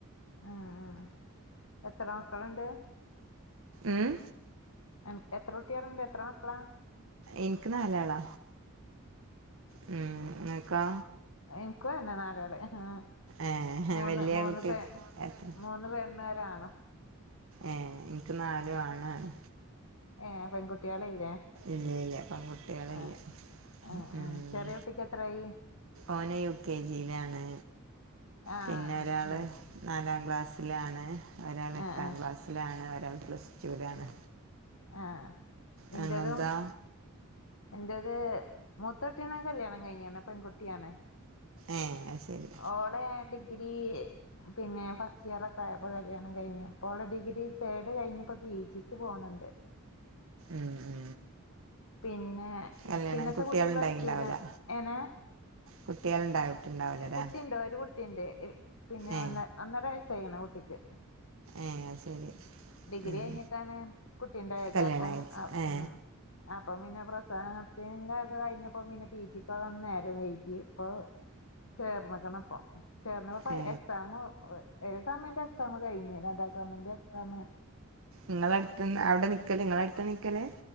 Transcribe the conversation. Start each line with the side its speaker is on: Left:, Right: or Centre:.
Left: ആഹ് ആഹ് എത്ര മക്കളുണ്ട്
Right: ഉം
Left: അന് എത്ര കുട്ടികളുണ്ട് എത്ര മക്കളാ
Right: ഇനിക്ക് നാലാളാ മ് ഇങ്ങക്കൊ
Left: എനികും അതന്നെ നാലാള് ആഹ്
Right: ഏ
Left: മൂന്ന്
Right: വലിയ
Left: മൂന്ന്
Right: കുട്ടി
Left: പെൺ
Right: എത്ര
Left: മൂന്ന് പെണ്ണും ഒരാണും
Right: ഏഹ് എനിക്ക് നാലും ആണാണ്
Left: ഏഹ് പെൺകുട്ടികളില്ലേ
Right: ഇല്ല ഇല്ല പെൺകുട്ടികളില്ല
Left: ആഹ്
Right: ഉം
Left: ആഹ് ആഹ് ചെറിയ കുട്ടിക്ക് എത്രായി
Right: ഓന് യു കെ ജിയിലാണ്
Left: ആഹ്
Right: പിന്നെ ഒരാള്
Left: ഇണ്ട്
Right: നാലാം ക്ലാസ്സിലാണ് ഒരാള് എട്ടാം
Left: ആഹ് ആഹ്
Right: ക്ലാസ്സിലാണ് ഒരാൾ പ്ലസ്ടുലാണ്
Left: ആഹ്
Right: ഞങ്ങൾതാ
Left: ഇന്റതും ഇന്റത് മൂത്തോട്ടിയാണ്‌ കല്യാണം കഴിഞ്ഞാണ് പെൺകുട്ടിയാണ്
Right: ഏ അത് ശരി
Left: ഓളെ ഡിഗ്രി പിന്നെ ഫസ്റ്റ് ഇയർ ക്കെ ആയപ്പോ കല്യാണം കഴിഞ്ഞു ഇപ്പോ ഓള് ഡിഗ്രി തേർഡ് കഴിഞ്ഞപ്പോ പി ജിക്ക് പോണുണ്ട്
Right: മ് മ്
Left: പിന്നെ
Right: കല്യാണം
Left: പിന്നത്തെ
Right: കുട്ടികൾ
Left: കുട്ടി പ്ലസ്റ്റുലാ
Right: ഉണ്ടായിണ്ടാവില്ല
Left: ഏനെ
Right: കുട്ടികൾ ഉണ്ടായിട്ടുണ്ടാവില്ലല്ലേ
Left: കുട്ടിണ്ട് ഒരു കുട്ടിണ്ട് എൽ പിന്നെ
Right: ഏ
Left: വന്ന ഒന്നര വയസ്സായിക്ക്ണ് കുട്ടിക്ക്
Right: ഏ അത് ശരി
Left: ഡിഗ്രി
Right: ഉം
Left: കഴിഞ്ഞിട്ടാണ് കുട്ടിണ്ടായത്
Right: കല്യാണം
Left: അപ്പോമ്
Right: കഴിച്ച്
Left: ആഹ്
Right: ഏ
Left: അപ്പൊ പിന്നെ പ്രസവം നിർത്തിയതിന്റ ഒക്കെ കഴിഞ്ഞപ്പോ പിന്നെ പി ജിക്ക് പോവാൻ നേരം വൈകി ഇപ്പൊ ചേർന്ന്ക്ക്ണ് പ്പൊ ചേർന്നപ്പോ
Right: ഏ
Left: എക്സാം ഒരു സെമിന്റെ എക്സാം കഴിഞ്ഞി രണ്ടാം സെമിന്റെ എക്സാമ്
Right: ഇങ്ങളെ അടുത്ത്‌ന്ന് അവിടെ നിക്കല് ഇങ്ങള് അടുത്ത നിക്കല്